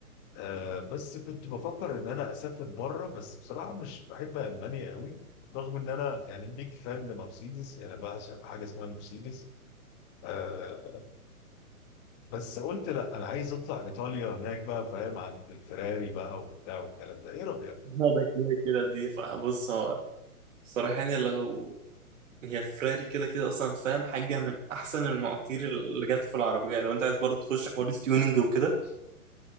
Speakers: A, on the left (about 25°); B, on the right (about 55°).
A: آه بس كنت بفكر ان انا اسافر بره بس بصراحه مش بحب المانيا قوي رغم ان انا يعني بيك فان لمرسيدس يعني بعشق حاجه اسمها مرسيدس آه، بس قلت لا انا عايز اطلع ايطاليا هناك بقى فاهم عند الفراري بقى وبتاع والكلام ده ايه رايك؟
B: <laughs> لا ده كده كده دي ف- بص هو الصراحة يعني لو هي فراري كده كده اصلا فاهم حاجة من احسن المواتير اللي جت في العربية لو انت عايز برضه تخش حوار التيوننج وكده